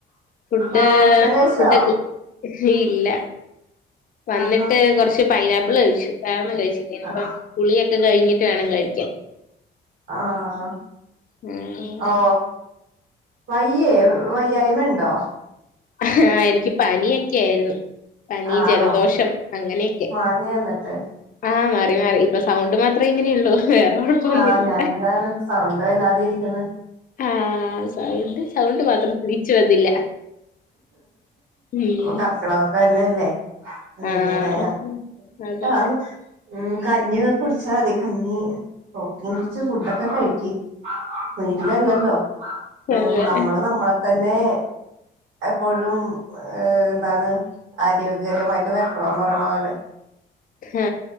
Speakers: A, on the left (about 45°); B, on the right (about 75°).
A: ഫുഡ്
B: ആഹ് ഭക്ഷണം കഴിച്ചോ
A: ഫുഡക്ക് ഇല്ല വന്നിട്ട്
B: ആഹാ
A: കുറച്ച് പൈനാപ്പിൾ കഴിച്ചു കഴിച്ചിട്ടനി ഇപ്പം
B: ആഹ്
A: കുളിയൊക്കെ കഴിഞ്ഞിട്ട് വേണം കഴിക്കാൻ
B: ആഹ
A: ഉം
B: ഓ വയ്യേ വയ്യായ്മ ഉണ്ടോ
A: ആ എനിക്ക് പനിയോക്കെ ആയിരുന്നു പനി
B: ആണോ
A: ജലദോഷം അങ്ങനെ
B: മാറിയോ എന്നിട്ട്
A: ആ മാറി മാറി ഇപ്പൊ സൗണ്ട് മാത്രേ ഇങ്ങനെയള്ളൂ വേറെ കുഴപ്പൊന്നുമില്ല
B: ആഹ ഞാന് അതാണ് സൗണ്ട് വല്ലാതെ ഇരിക്കുന്ന
A: ആഹ സൗണ്ട് സൗണ്ട് മാത്രം തിരിച്ച് വന്നില്ല ഉം
B: കർക്കിടമൊക്കെ തന്നെയല്ലേ അതിന്റെതായ
A: ആഹ്
B: ഇതൊക്കെ
A: അതെ
B: കാണും ഉം കഞ്ഞിയോക്കെ കുടിച്ചാൽ മതി കഞ്ഞി പ്രോട്ടീൻ കുടിച്ച് ഫുഡൊക്കെ കഴുകി വീട്ടിലല്ലല്ലോ ഉഉം
A: അതെ
B: നമ്മള് നമ്മളെ തന്നെ എപ്പോഴും എന്താണ് ആരോഗ്യകരമായിട്ട് വെക്കണന്ന് പറയണ പോലെ
A: ആ